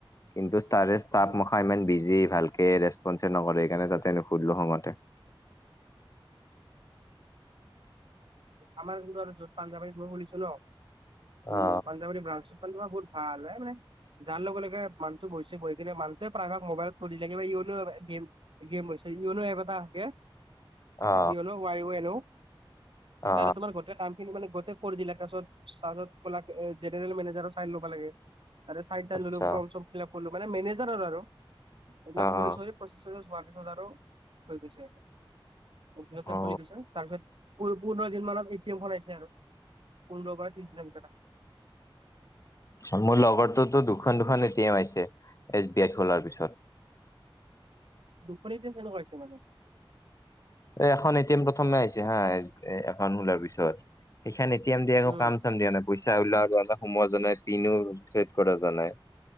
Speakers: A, on the left; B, on the right.
A: কিন্তু ষ্টাৰে
B: উম
A: তাপ হয় ইমান বিজি ভালকে ৰেচপন্চে নকৰে সেই কাৰণে তাতে নুখুলিলোঁ খঙতে
B: আমাৰ কিন্তু আৰু য'ত পাঞ্জাৱাৰী ত মই খোলিছো ন উ
A: অ
B: পাঞ্জাৱাৰী ব্ৰাঞ্চ <inaudible> ভাল মানে যাৰ লগে লগ মুহটো বহিছে বহি কিনে মানুহটোৱে প্ৰায়ভাগ মোবাইলত <inaudible> ফ থাকে বা ই গেম গেমছে ইয়নো এব এটা থাকে
A: অ
B: ইয়নো ৱাই এনো
A: অ
B: তাৰে তোমাৰ গোটেই কাম মানে গোটে কৰি দিলাক তাৰপাছত তাৰ জেনেৰেল মেনেজাৰৰ চাইন লব লাগে তাৰে চাইন টাইন
A: আচ্ছা
B: ললোঁ ফৰ্ম চৰ্ম ফিল আপ কৰিলো মানে মেনেজাৰৰ আৰু এইবিলাক
A: অ
B: কৰি
A: অ
B: চ জাৰ <inaudible> হৈ গৈছে
A: অ
B: খুলি গৈছে তাৰপিছত পোন্ধৰ দিন মানত এ টীম খন আহিছে আৰু পোন্ধৰ পৰা ত্ৰিছ দ
A: আ মোৰ লগৰটোতো দুখন দুখন এ টি এম আছে এছ বি আই খোলাৰ পিছত
B: শুনি <inaudible> তেনেকুৱাই হৈছে মানে
A: এ এখন এ টি এম প্ৰথমে আহিছে হা এ একাউণ্ট খোলাৰ পিছত সেইখন এ টি এম দি আকৌ
B: উম
A: কাম চাম দিয়া নাই পইচা ওলাও আৰু সোমোৱা জাই পিনোড ছেদ কৰা যোৱা নাই